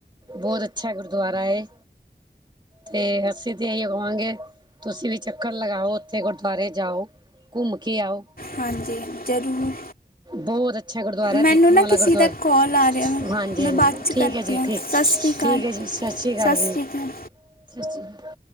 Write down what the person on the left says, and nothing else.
ਹਾਂਜੀ, ਜ਼ਰੂਰ।
ਮੈਨੂੰ
ਨਾ ਕਿਸੇ
ਦਾ ਕਾਲ ਆ ਰਿਹਾ ਵਾ ਮੈਂ
ਬਾਅਦ ਚ
ਕਰਦੀ
ਹਾਂ
ਸਤਿ ਸ੍ਰੀ ਅਕਾਲ
ਸਤਿ
ਅਕਾਲ